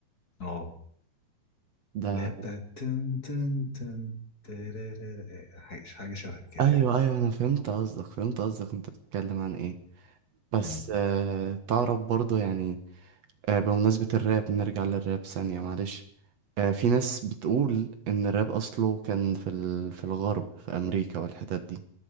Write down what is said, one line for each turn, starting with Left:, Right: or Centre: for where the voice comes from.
Left: اه
Right: ده
Left: لا بتاعت تن تن تن ترارارا، آه، حاجة حاجة شبه كده
Right: أيوه
Left: يعني.
Right: أيوه أنا فهمت قصدك فهمت قصدك أنت بتتكلم عن إيه بس
Left: مم.
Right: آه، تعرف برضه يعني آه، بمناسبة الراب نرجع للراب ثانية معلش آه، في ناس بتقول إن الراب أصله كان في ال... في الغرب في أمريكا والحتت دي